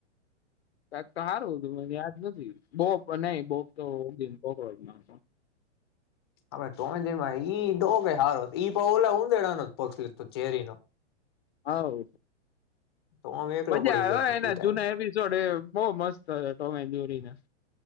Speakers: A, on the left; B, on the left.
A: કાંક તો હારુ હતું મન યાદ નથી બોપ નહી બોપ તો જ ના
B: આપડે તોમે જે મા ઈતો બે હારો ઈ પણ ઓલા ઊંદેડાનો પક્ષી લીધ ચેરીનો.
A: હાવ.
B: ટોમ એકલો
A: મજા
B: પડી જતો
A: આવ એના
B: ઈ ટાઈમ
A: જૂના એપિસોડ એ બો મસ્ત ટો મેન જેરીના.